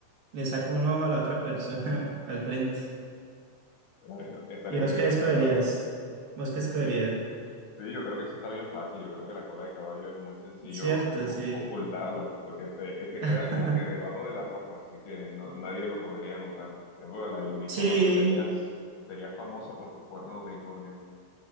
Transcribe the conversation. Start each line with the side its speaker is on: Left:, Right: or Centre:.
Right: le saco un ojo a la otra persona <laughs> al frente.
Left: Ay, no, estaría
Right: ¿Y vos
Left: muy
Right: qué
Left: gracioso,
Right: escogerías?
Left: la verdad.
Right: ¿Vos qué escogerías?
Left: Sí, Sí, yo creo que eso está bien fácil. Yo creo que la cola de caballo es muy sencillo
Right: Cierto,
Left: o-
Right: sí.
Left: ocultarla, porque te, te
Right: <laughs>
Left: queda como que debajo de la ropa, así que no- nadie lo podría notar. En cambio, la del unicornio
Right: Sí,
Left: serías, serías famoso por tu cuerno de unicornio.